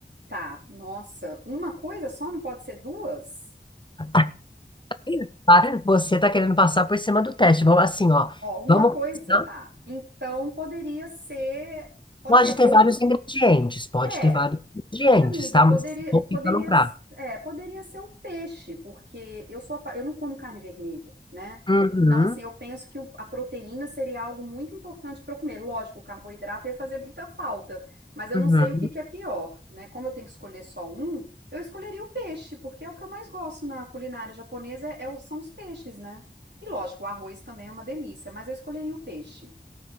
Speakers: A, on the right (about 70°); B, on the left (about 25°).
A: tá. Nossa, uma coisa só não pode ser duas?
B: <laughs> Para, Você tá querendo passar por cima do teste. Vamos assim, ó.
A: Ó, uma
B: Vamos
A: coisa,
B: pensar.
A: tá? Então poderia ser, poderia
B: Pode
A: ser
B: ter vários
A: o,
B: ingredientes, pode
A: é,
B: ter vários ingredientes,
A: amiga,
B: tá?
A: poderia,
B: Mas assim, vou ficar
A: poderia,
B: no prato.
A: é, poderia ser o peixe, porque eu sou, apa- eu não como carne vermelha, né?
B: Uhum,
A: Então assim, eu penso que o- a proteína seria algo muito importante para eu comer. Lógico, o carboidrato ia fazer muita falta, mas eu
B: uhum.
A: não sei o que que é pior, né? Como eu tenho que escolher só um, eu escolheria o peixe, porque é o que eu mais gosto na culinária japonesa, é, é o- são os peixes, né? E lógico, o arroz também é uma delícia, mas eu escolheria o peixe.